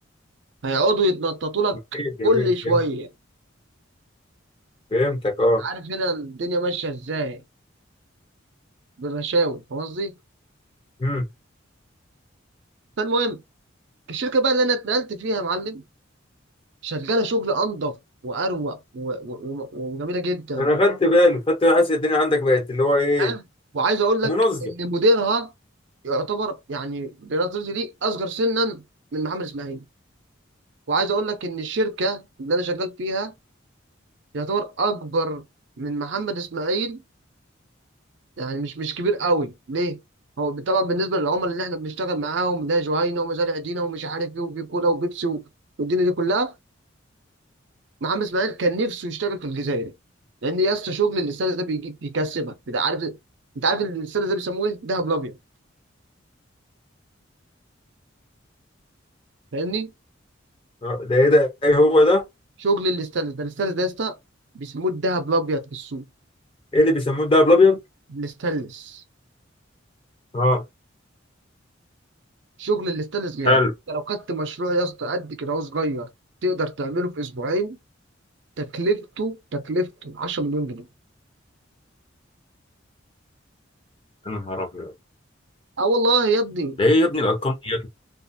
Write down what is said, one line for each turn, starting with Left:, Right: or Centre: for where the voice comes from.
Right: هيقعدوا يتنططوا لك
Left: جميل جميل
Right: كل شويه
Left: فهمت فهمتك اه
Right: عارف هنا الدنيا ماشيه ازاي بالرشاوي فاهم قصدي
Left: امم
Right: فالمهم الشركه بقى اللي انا اتنقلت فيها يا معلم شغاله شغل انضف واروق و- و- و- وجميله جدا
Left: انا خدت بالي خدت بالي حاسس الدنيا عندك بقت اللي هو ايه
Right: حلو وعايز اقول لك
Left: منظم
Right: ان مديرها يعتبر يعني بنظرتي ليه اصغر سنا من محمد اسماعيل وعايز اقول لك ان الشركه اللي انا شغال فيها يعتبر اكبر من محمد اسماعيل يعني مش مش كبير قوي ليه هو طبعا بالنسبه للعملاء اللي احنا بنشتغل معاهم ده جهينه ومزارع دينا ومش عارف ايه وفي كولا وبيبسي و- والدنيا دي كلها محمد اسماعيل كان نفسه يشتغل في الجزائر لان يا اسطى شغل الاستاذ ده بيجيب بيكسبك انت عارف انت عارف الاستاذ ده بيسموه ايه دهب الابيض فاهمني
Left: آه، ده ايه ده ايه هو ده
Right: شغل الاستاذ ده الاستاذ ده يا اسطى بيسموه الدهب الابيض في السوق
Left: ايه اللي بيسموه الدهب الابيض
Right: الاستانلس
Left: اه
Right: شغل الاستانلس غالي
Left: حلو
Right: انت لو خدت مشروع يا اسطى قد كده هو صغير تقدر تعمله في اسبوعين تكلفته تكلفته 10 مليون جنيه
Left: يا نهار ابيض
Right: اه والله يا ابني
Left: ده ايه يا ابني الارقام دي يا ابني